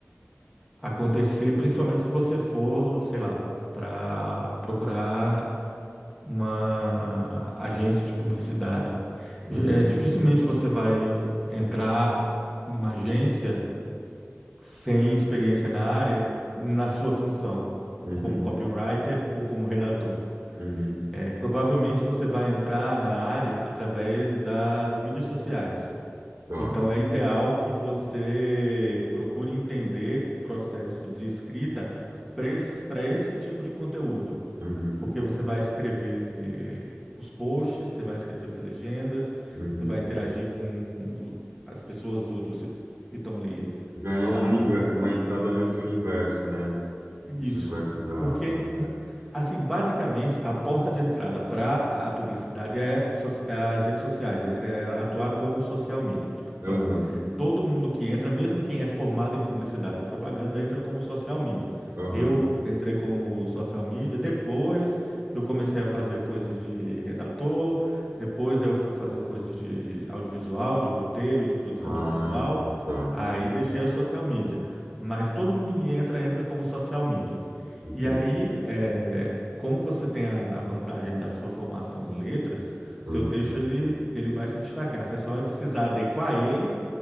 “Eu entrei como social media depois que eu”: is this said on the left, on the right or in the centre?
Centre